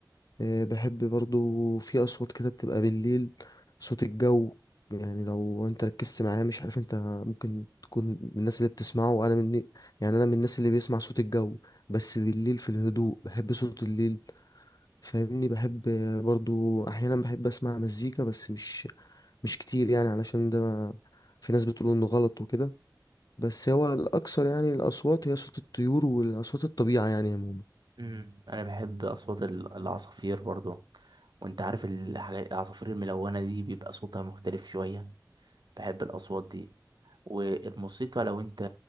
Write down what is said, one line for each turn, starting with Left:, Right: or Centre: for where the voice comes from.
Left: آه، بحب برضو في أصوات كده بتبقى بالليل صوت الجو يعني لو انت ركزت معاه مش عارف انت ممكن تكون من الناس اللي بتسمعه وانا من يعني انا من الناس اللي بيسمع صوت الجو بس بالليل في الهدوء بحب صوت الليل فاهمني بحب برضو احيانا بحب اسمع مزيكا بس مش مش كتير يعني علشان ده في ناس بتقول انه غلط وكده بس هو الاكثر يعني الاصوات هي صوت الطيور واصوات الطبيعه يعني عموما
Right: مم. انا بحب اصوات ال- العصافير برضو وانت عارف الحاجات العصافير الملونة دي بيبقى صوتها مختلف شوية بحب الاصوات دي والموسيقى لو انت